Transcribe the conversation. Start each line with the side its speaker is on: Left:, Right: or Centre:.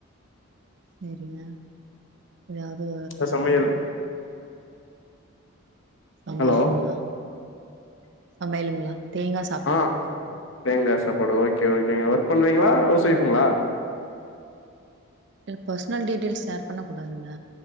Right: சேரிங்க ஏதாவது
Left: என்ன சமையல்
Right: சமையலுங்ளா
Left: ஹலோ
Right: சமையலுங்ளா தேங்கா சாப்பாடுங்க
Left: ஆ தேங்கா சாப்பாடு ஓகே ஓகேங்க ஒர்க் பண்றீங்களா ஹவுஸ் ஒய்ஃப்ங்களா
Right: இதுல பர்சனல் டீட்டெயில்ஸ் ஷேர் பண்ணக்கூடாதுங்க